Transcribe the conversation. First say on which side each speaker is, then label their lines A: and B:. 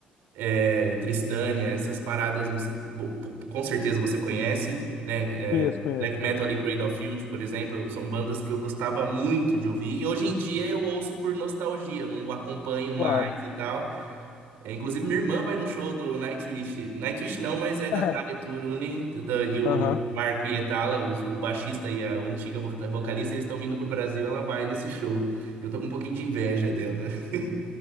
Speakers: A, on the right; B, on the left.
A: é, Tristânia, essas paradas, não sei, bo- com certeza você conhece, né?
B: Conheço,
A: É,
B: conheço,
A: Black Metal
B: conheço.
A: ali, Cradle of Filth, por exemplo, são bandas que eu gostava muito de ouvir. E hoje em dia eu ouço por nostalgia, eu não acompanho mais
B: Claro.
A: e tal. É, inclusive, minha irmã vai no show do Nightwish. Nightwish não, mas é da
B: <laughs>
A: Tarja Turunen da- e o
B: Aham.
A: Marco Hietala, os- o, baixista e a antiga vo- vocalista, eles estão vindo pro Brasil, ela vai nesse show. Eu tô com um pouquinho de inveja dela. <laughs>